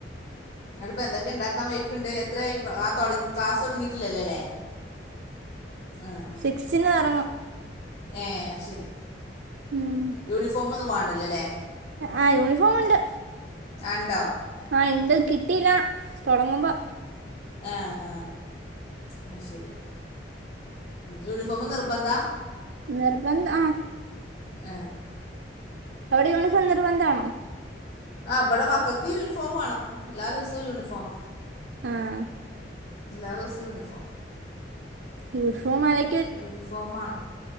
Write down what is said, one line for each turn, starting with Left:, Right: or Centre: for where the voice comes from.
Left: ങ്ങട്ട ഇപ്പപ്പോ എന്തൊക്കെ ഉണ്ടാക്കാൻ വഴക്കണ്ട് എത്രട ക്ലാസ് തുടങ്ങിട്ടില്ലല്ലോല്ലേ ആഹ ആഹ
Right: മക്സിന ഇറങ്ങും
Left: ഏർ ശരി
Right: ഉം
Left: യൂണിഫോമ ഒന്നും വേണ്ടല്ലോല്ലേ?
Right: ആ യൂണിഫോം ണ്ട്.
Left: ആണ്ടോ?
Right: ആഹ എന്ത കിട്ടല്ലാം തുടങ്ങുമ്പോ
Left: ആ ആ ആ ശരി യൂണിഫോം നിർബന്ധാ?
Right: നിർബന്ധ ആ
Left: ആഹ
Right: അവിടെ യൂണിഫോം നിർബന്ധാണോ?
Left: ആഹ് ഇവടെ മക്കക്ക് യൂണിഫോം വാണം എല്ലാ ദിവസവും യൂണിഫോമാ
Right: ആഹ്
Left: എല്ലാ ദിവസവും യൂണിഫോമ
Right: യൂണിഫോമാലെ
Left: യൂണിഫോമാണ്